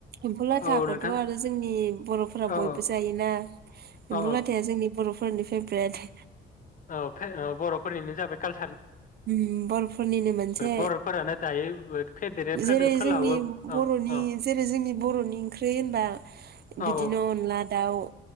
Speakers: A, on the right (about 55°); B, on the left (about 40°).
A: एम्फौ लाथाखौथ'
B: औ नोंथां
A: आरो जोंनि बर'फोरा
B: औ
A: बयबो जायोना एम्फौ
B: औ
A: लाथाया जोंनि बर' फोरनि फेभ्रेट।
B: औ भबे बर'फोरनिनो जाबाय काल
A: ओम बर'फोरनिनो मोनसे
B: बर'फोरानो दायो फेदेरो फोद-
A: जेरै
B: फोलावो
A: जोंनि
B: औ
A: बर'नि
B: औ
A: जेरै जोंनि बर'नि ओंख्रि होनबा
B: औ
A: बिदिनो अनला दाउ